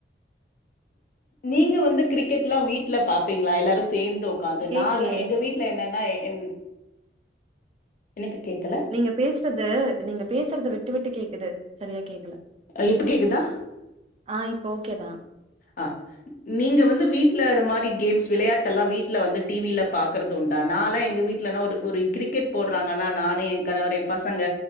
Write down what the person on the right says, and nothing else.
கேக்கலையே
நீங்க பேசுறது நீங்க பேசுறது விட்டு விட்டு கேக்குது சரியா கேக்கல
ஆ இப்போ ஓகே தா